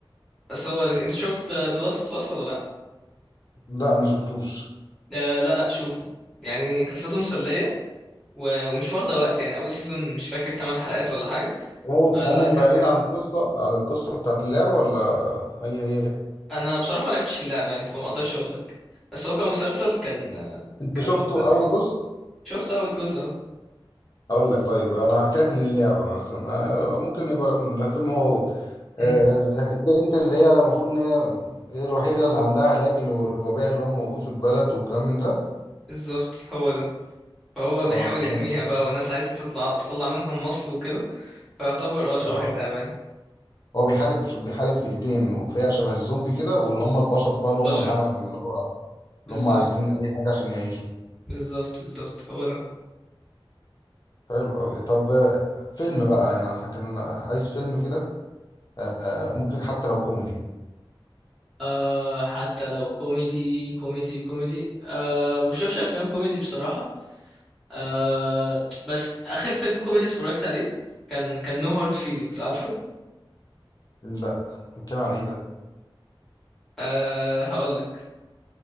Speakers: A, in the centre; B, on the left (about 45°).
A: بس هو لذيذ انت شفت ذا لاست اوف اس ولا لا
B: لا ما شفتوش
A: آه، لا لا شوفه يعني قصته مسليه و- ومش واخده وقت يعني اول سيزون مش فاكر 8 حلقات ولا حاجه
B: هم
A: فلا
B: هم مغيرين
A: كان حلو
B: عن القصة عن القصة بتاعت اللعبة ولا هي هي
A: انا بصراحه ما لعبتش اللعبه يعني فما اقدرش اقول لك بس هو كمسلسل كان
B: أنت
A: كان
B: شفته
A: مسلي
B: أول جزء؟
A: شفت اول جزء اه
B: أقول لك طيب أنا هحكي لك من اللعبة مثلا آه، ممكن يبقى الفيلم هو هو آه،
A: أمم،
B: البنت اللي هي المفروض إن هي هي الوحيدة اللي عندها علاج للوباء اللي هو موجود في البلد والكلام من ده
A: بالظبط هو ده فهو بيحاول
B: اه هنا
A: يحميها بقى والناس عايزة تطلع تطلع منها مصل وكده فيعتبر اه شبه
B: اه
A: اللعبة
B: هو بيحارب بيحارب فئتين فئة شبه الزومبي كده واللي هم البشر بقى اللي
A: بشر
B: هم الهمج اللي هو اللي
A: بالظبط
B: هم عايزين أي حاجة عشان يعيشوا
A: بالظبط بالظبط هو ده
B: حلو أوي طب آه، فيلم بقى يعني احنا كان عايز فيلم كده آه، ممكن حتى لو كوميدي
A: آه حتى لو كوميدي كوميدي كوميدي آه بشوفش أفلام كوميدي بصراحة آه بس آخر فيلم كوميدي اتفرجت عليه كان كان No Hard Feelings عارفه
B: لا بنتكلم عن ايه ده؟
A: آه هقول لك